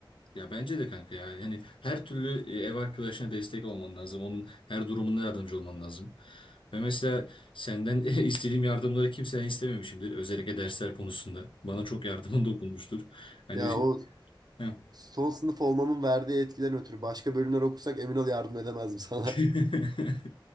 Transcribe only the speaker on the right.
Ya o
son sınıf olmamın verdiği etkiden ötürü başka bölümler okusak emin ol yardım edemezdim sana.
<laughs>